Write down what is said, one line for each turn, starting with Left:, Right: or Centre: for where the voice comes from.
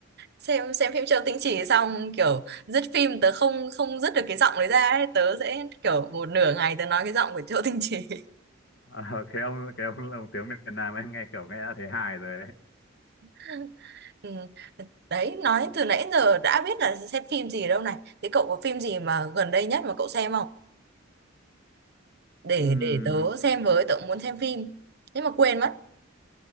Right: xem xem phim Châu Tinh Chỉ xong kiểu dứt phim tớ không không dứt được cái giọng đấy ra ấy. tớ sẽ kiểu một nửa ngày tớ nói cái giọng của Châu Tinh Chỉ
Left: Ờ, cái ông cái ông lồng tiếng miền Nam ấy nghe kiểu nghe đã thấy hài rồi
Right: <laughs> Ừ. Đấy, nói từ nãy giờ đã biết là xem phim gì đâu này. Thế cậu có phim gì mà gần đây nhất mà cậu xem không? Để
Left: đấy.
Right: để tớ xem với, tớ muốn xem phim. Thế mà quên mất.